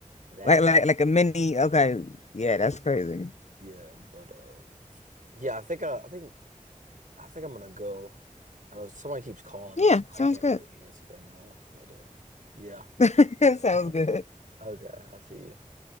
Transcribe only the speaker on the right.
that.
Yeah, but uh, yeah, I think I, I think I think I'm gonna go. I know someone keeps calling
me, so
I can't
really answer right now. But uh, yeah,
<laughs> okay,
I will see you.